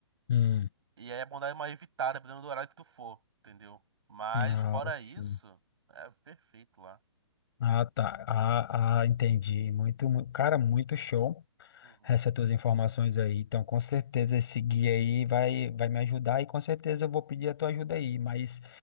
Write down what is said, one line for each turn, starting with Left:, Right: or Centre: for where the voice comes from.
Left: Hum.
Right: E aí é bom dar uma evitada, dependendo do horário que tu for, entendeu? Mas
Left: Ah,
Right: fora
Left: sim.
Right: isso, é perfeito lá.
Left: Ah, tá. Ah, ah, entendi. Muito, mu- cara, muito show.
Right: Uhum.
Left: Essas tuas informações aí. Então, com certeza esse guia aí vai, vai me ajudar e com certeza eu vou pedir a tua ajuda aí. Mas,